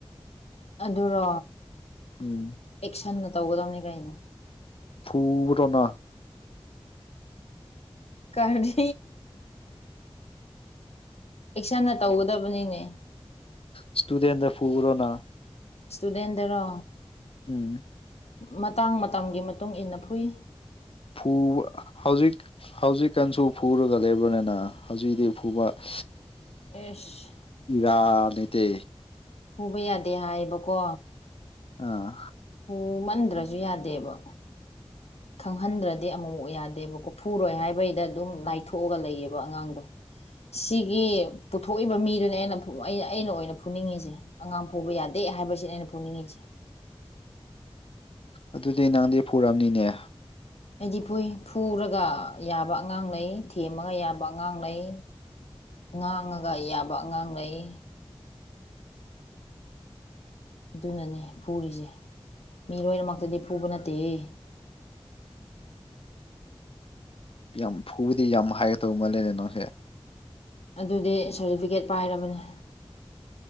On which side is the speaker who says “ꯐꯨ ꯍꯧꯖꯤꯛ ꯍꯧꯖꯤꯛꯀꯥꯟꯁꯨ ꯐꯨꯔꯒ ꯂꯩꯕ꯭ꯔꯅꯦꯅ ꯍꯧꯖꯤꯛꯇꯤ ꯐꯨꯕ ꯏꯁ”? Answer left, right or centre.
Left